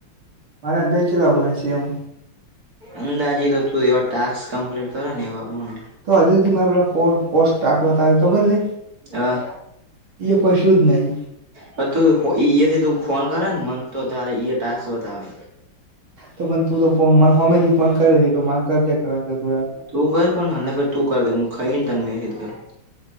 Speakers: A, on the right; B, on the right.
A: મારા દય ચલા બણશે એમ
B: અંદાજી થતું હોય એવા ટાસ્ક કમ્પ્લીટ કરો ને એવા બોન
A: તો હજુ સુધી મારે પેલા પોસ્ટાકવાતા આવી ખબર ને
B: હા
A: એ કશું જ નહીં
B: પણ તું ઈથી તું ફોન કરે ને મને તો તારે ટાસ્ક બતાવે,
A: તો પણ તું તો મને હોમે થી ફોન કરે <unintelligible>
B: તું કર પણ હનેપે તું કર દે હું ખાઈ ને તને મેસેજ કરું.